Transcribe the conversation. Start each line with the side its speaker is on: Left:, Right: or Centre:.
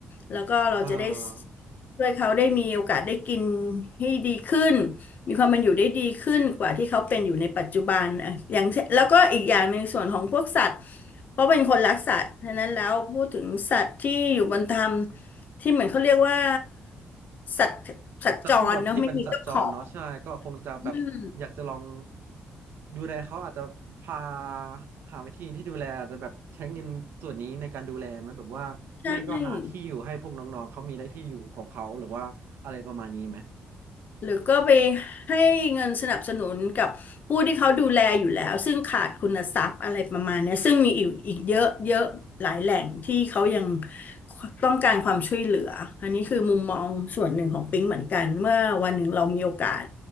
Left: แล้วก็เราจะได้
Right: อ่า
Left: ช่วยเขาได้มีโอกาสได้กินให้ดีขึ้นมีความเป็นอยู่ได้ดีขึ้นกว่าที่เขาเป็นอยู่ในปัจจุบันอ่ะอย่างเช่นแล้วก็อีกอย่างในงส่วนของพวกสัตว์เพราะเป็นคนรักสัตว์ฉะนั้นแล้วพูดถึงสัตว์ที่อยู่บนธรรมที่เหมือนเขาเรียกว่าสัตว์สัตว์จรเนาะไม่มีเจ้าของ
Right: แต่พวกแบบที่เป็นสัตว์จรเนาะใช่ก็คงจะแบบอยากจะลอง
Left: อืม
Right: ดูแลเขาอาจจะพาหาวิธีที่ดูแลอาจจะแบบใช้เงินส่วนนี้ในการดูแลไหมแบบว่าไม่ก็หาที่อยู่ให้พวกน้องๆเขามีได้ที่อยู่ของเขาหรือว่าอะไรประมาณนี้ไหม
Left: ใช่หรือก็ไปให้เงินสนับสนุนกับผู้ที่เขาดูแลอยู่แล้วซึ่งขาดคุณทรัพย์อะไรประมาณเนี้ยซึ่งมีอีกอีกเยอะเยอะหลายแหล่งที่เขายังต้องการความช่วยเหลืออันนี้คือมุมมองส่วนหนึ่งของปิ๊งเหมือนกันเมื่อวันหนึ่งเรามีโอกาส